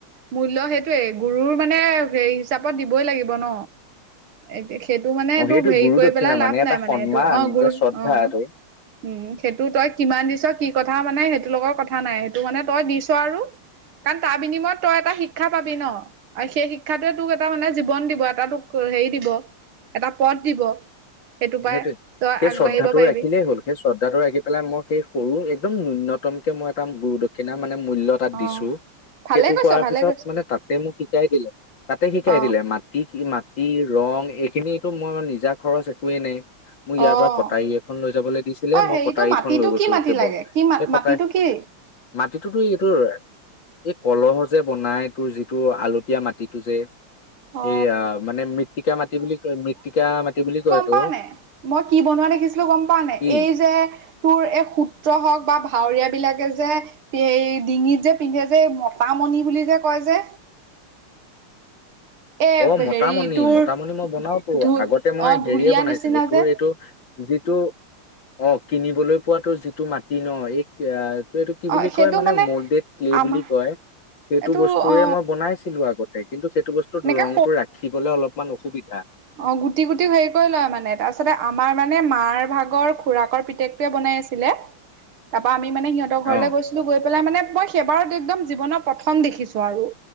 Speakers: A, on the right; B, on the left.
A: মূল্য সেইটোয়েই, গুৰুৰ মানে হেই হিচাপত দিবই লাগিব ন। এ, সেইটো মানে
B: অ সেইটো
A: তো হেৰি
B: গুৰু
A: কৰি
B: দক্ষিণা
A: পেলাই লাভ
B: এটা
A: নাই মানে
B: সন্মান
A: এইটো, অ', গুৰু,
B: যে শ্ৰদ্ধা
A: অ'।
B: এইটো
A: উ, সেইটো তই কিমান দিছ কি কথা মানে সেইটো লগত কথ থা নাই। সেইটো মানে তই দিছ আৰু কাৰণ তাৰ বিনিময়ত তই এটা শিক্ষা পাবি ন, আৰু সেই শিক্ষ ক্ষাতোয়ে তোক এটা মানে জীৱন দিব। এটা তোক হেৰি দিব। এটা পদ দিব। সেইটো
B: সেইটোৱে।
A: পাই তই
B: সেই
A: আগবাঢ়িব
B: শ্ৰদ্ধাটো
A: পাৰিবি
B: ৰাখিলেই হ'ল। সেই শ্ৰদ্ধাটো ৰাখি পেলাই মই সেই সৰু, একদম ন্যুনতমকে মই এটা গুৰু দক্ষিণা, মানে মূল্য এটা
A: অ
B: দিছোঁ।
A: ভালে
B: সেইটো
A: কৈছ
B: কৰাৰ
A: ভালে
B: পিছত
A: কৈছ
B: মানে, তাতে মোক শিকাই দিলে, তাতে শিকাই
A: অ
B: দিলে মাটি সীমা তি ৰং, এইখিনিতো মই নিজা খৰচ একোৱেই নাই। মোক ইয়াৰ
A: অ
B: পৰা কটাৰী এখন লৈ যাবলৈ দিছিলে,
A: অ
B: মই
A: হেৰিটো
B: কটাৰীখন
A: মাটিটো
B: লৈ গৈছো
A: কি মাটি
B: কেৱল,
A: লাগে কি মা
B: এই
A: মাটিটো
B: কটাৰী
A: কি
B: মাটিটোতো এইটোৰ এই কলহ যে বনাই তোৰ যিটো আলতীয়া মাটিটো যে।
A: অ
B: এইয়া মানে মিট্টিকা মাটি বুলি কয়। মিট্টিকা মাটি বুলি কয়। এইটো
A: <unintelligible> নাই? মই কি বনোৱা দেখিছিলো গম পাৱ নাই,
B: কি
A: এই যে, তোৰ এই সূত্ৰ হওঁক বা ভাৱৰীয়া বিলাকে যে এই ডিঙিত যে পিন্ধে যে মতামণি বুলি যে কয় যে। এ
B: অঁ মতামণি
A: হেৰি তোৰ
B: মতামণি মই বনাওতো
A: ধু
B: আগতে মই
A: অ
B: হেৰিয়ে
A: ঢুলীয়া
B: বনাইছিলো
A: নিচিনা
B: তোৰ
A: যে
B: এইটো- যিটো অঁ কিনিবলৈ পোৱাতো যিটো মাটি ন এক- এতিয়া এইটো কি
A: অ
B: বুলি
A: সেইটো
B: কয় মানে মলডেড ক্লে
A: আমাৰ
B: বুলি কয়। সেইটো
A: এইটো
B: বস্তুৰে
A: অ
B: মই বনাইছিলো আগতে কিন্তু সেইটো বস্তু
A: এনেকে
B: ৰংতটো ৰাখিবলে অলপ- ইমান অসুবিধা।
A: অঁ গুটি গুটি হেৰি কৰি লয় মানে মানে মাৰ ভাগৰ খুৰাকৰ পিতেক- বনাই আছিলে তাপ পৰা আমি মানে সিহতৰ
B: অ
A: গৈ- গৈ পেলাই মানে মই সেইবাৰত একদম জীৱনৰ প্ৰথম দেখিছো আৰু